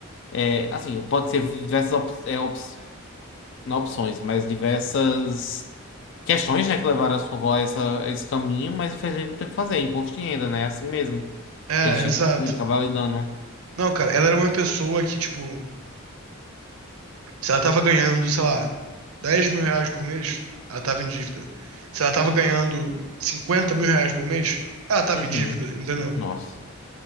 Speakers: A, on the left; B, on the right.
A: é, assim, pode ser diversas opções não opções, mas diversas questões, né, que levaram a sua avó a, essa- a esse caminho, mas infelizmente não tem o que fazer, é imposto de renda, né? É assim mesmo.
B: É,
A: Eles têm
B: exato.
A: que acabar lidando.
B: Não, cara, ela era uma pessoa que, tipo, se ela tava ganhando, sei lá, 10 mil reais por mês, ela tava em dívida. Se ela tava ganhando 50 mil reais por mês, ela tava
A: Uhum.
B: em dívida, entendeu?
A: Nossa,